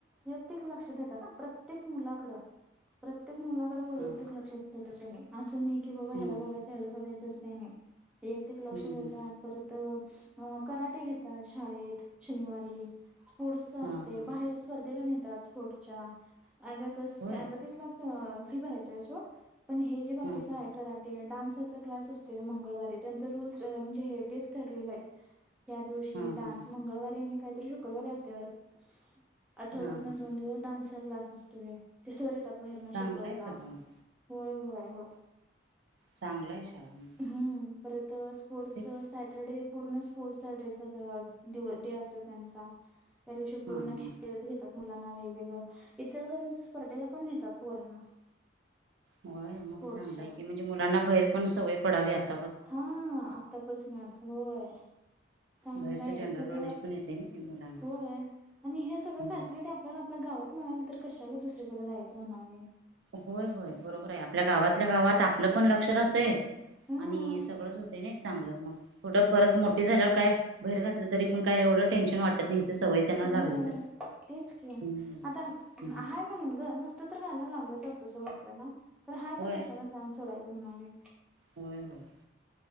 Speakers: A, in the centre; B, on the right.
A: प्रत्येक लक्ष देता प्रत्येक मुलाकड प्र प्रत्येक मुलाकडे वैयक्तिक
B: हां
A: लक्ष देतात त्यानी असून बबा
B: हं,
A: हला पघयच हला सडायचे <unintelligible> तसं काही नाही. एक ते एक लक्ष
B: हं,
A: देतात
B: हं.
A: परत कराटे घेत. शाळेत शनिवारी स्पोर्टस असते,
B: हां हां
A: बाहेर स्पर्धेला न च पुढच्या अभ्याकस
B: होय
A: अभ्या कसला फी भरायची आहे अस पण हे जे बाकीच
B: हां हां
A: आहे कराटे डान्स <unintelligible>
B: हां
A: डान्स
B: हां
A: मंगळवारी यांनी काहीतरी शुक्रवारी असते वाटत आठवड्यात
B: हां
A: ना
B: हां.
A: दोन दिवस डान्स ् असतो. बाहेर
B: चांगलं
A: शिकवायला
B: आहे सगळं मग
A: होय होय होय
B: चांगलंय शाळा मग
A: हम्म परत ोडस
B: तेच
A: सॅटरडे पूर्ण स्पोर्टचा ड्रेस डे असतो त्यांचा त्या दिवशी पूर्ण
B: हां हां
A: खेळच घेतात. मुलांना वेगवेगळं इचलकरंजी लां स्पर्धेला पण नेतात पोरांना
B: होय मग
A: स्पोर्ट्सच्या.
B: चांगला आहे की, म्हणजे मुलांना बाहेर पण सवय पडावीत.
A: हा आतापासूनच होय. चांगलं
B: बाहेरच
A: आहे
B: जनरल
A: सगळं
B: नॉलेज पण येते ना. मुलांना
A: होय. आणि हे सगळ
B: हं.
A: फॅसिलिटी आपल्याला आपल्या गावात म्हणाले तर कशाला दुसरीकडे जायचं म्हणाली.
B: होय होय बरोबर आहे. आपल्या गावातल्या गावात आप.. आपलं पण लक्ष राहतय
A: हम्म
B: आणि सगळंच होतं नाही चांगलं मग पुढं परत मोठ... ते झाल्यावर काय बाहेर घातलं तरी पण काय एवढं टेन्शन वाटत नाही... सवय त्यांना
A: हो
B: लागली तर
A: तेच की
B: हम्म
A: आता
B: हम्म
A: आहे म्हणून ग नसतं तर घालायला लागल... असतं आपल्याला... हाय
B: होय
A: तर कशा चान्स सोडायची. म्हणाले.
B: होय होय.